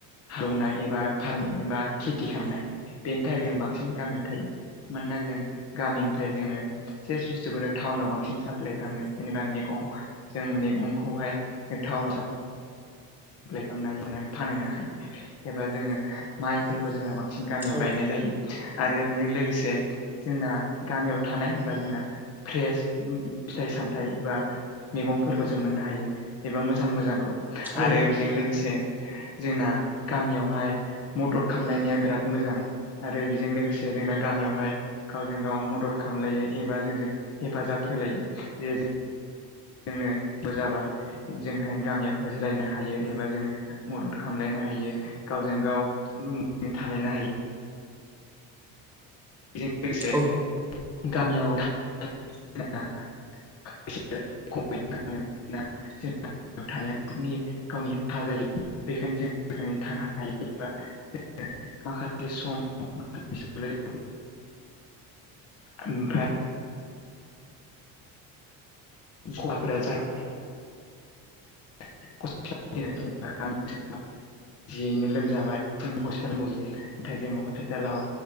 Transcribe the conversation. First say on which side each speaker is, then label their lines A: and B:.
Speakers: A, on the left; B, in the centre.
A: हालेवनाय एबा फार्म एबा खेथि खालामनाय बेनि थाखाय ज बांसिन गामियाव थायो मानोना जों गामिनि जोङो सेस <unintelligible> जिखुनु टाउनाव बांसिन साप्लइ खालामनाय जेनेबा मैगं जों मैगंखौहाय टाउनाव सा यप्लाय खालामनानैवनानै फानहोनो हायो एबा जोङो माइफोरखौ जोंना बां बांसिन गामियाव
B: औ
A: गायनाय जायो आरो बेजों लोगोसे जोंना गामियाव थानाय होनोबा जोंना फ्रेस फिथाइ साम थाइ बा मैगंफोरखौ जों मोननो हाय एबा मोजां मोजांखौ
B: औ
A: आरो बि जों लोगोसे जोंना गामियावहाय मदद खालामामलायनाया बिराद मोजां आरो बेजों लोगोसे जोंना गामियावहाय गावजों गाव मदद खालामलायो एबा जोंजों हेफाजाब होलायो जे जों जोंनो जाबा जोंहाय गामियाव होजो लायनो हायो एबा जोङो मदद खालामलायनो हायो गावजों गाव अनलायनानै थालायनो हायो बेजों लोगोसे
B: औ
A: गामियाव <unintelligible> <unintelligible> थानायफोरनि गावनि हा जायो बेखायनो जों मोजाङै थानो हायो एबा <unintelligible> माखासे सम <unintelligible> ओमफ्राय <unintelligible>
B: <inaudible>
A: <unintelligible> जियैनो लोमजाबाय जों हस्पिटाल मजि नाथाय जोङो हस्पिटालाव